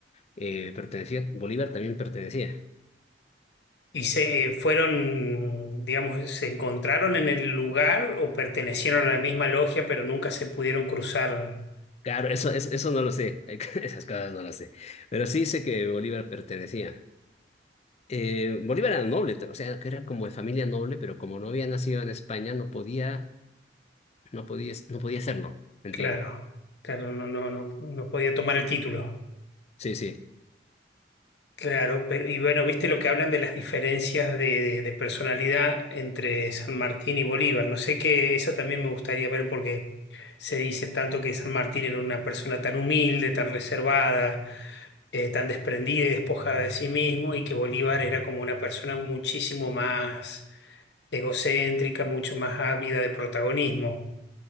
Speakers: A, on the left; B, on the left.
A: eh, pertenecía, Bolívar también pertenecía.
B: Y se eh, fueron, digamos, se encontraron en el lugar o pertenecieron a la misma logia, pero nunca se pudieron cruzar.
A: Claro, eso, eso, eso no lo sé. <laughs> Esas cosas no las sé. Pero sí sé que Bolívar pertenecía. Eh, Bolívar era noble, o sea, que era como de familia noble, pero como no había nacido en España, no podía No podía, no podía hacerlo, ¿me
B: Claro,
A: entiendes?
B: claro, no, no, no, no podía tomar el título.
A: Sí, sí,
B: Claro, pero y bueno, viste lo que hablan de las diferencias de, de- de personalidad entre San Martín y Bolívar. No sé qué, eso también me gustaría ver porque se dice tanto que San Martín era una persona tan humilde, tan reservada, eh, tan desprendida y despojada de sí mismo, y que Bolívar era como una persona muchísimo más egocéntrica, mucho más ávida de protagonismo